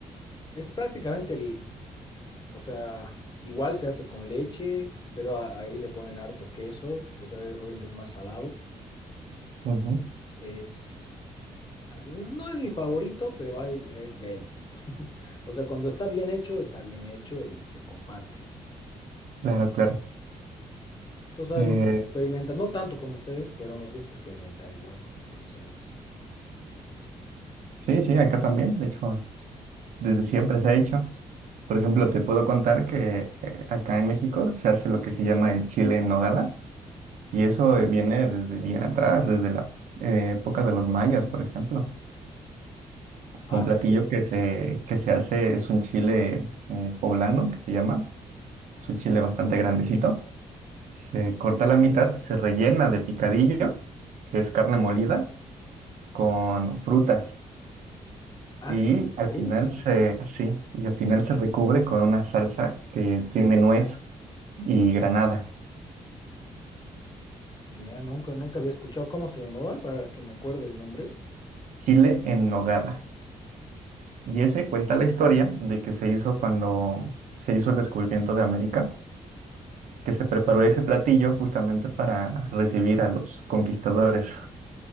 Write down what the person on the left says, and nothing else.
Es prácticamente el, o sea, igual se hace con leche, pero a- ahí le ponen harto queso, o sea, obviamente es más salado.
Es, ah, no es mi favorito, pero hay, es de él. <laughs> O sea, cuando está bien hecho, está bien hecho y se comparte.
Tú sabes,
nos gusta experimentar, no tanto como ustedes, pero nos gusta experimentar igual con nuestros sabores.
Ah,
sí.
Ah,
con
fruta.
Mira, nunca, nunca había escuchado cómo se llamaba para que me acuerde el nombre.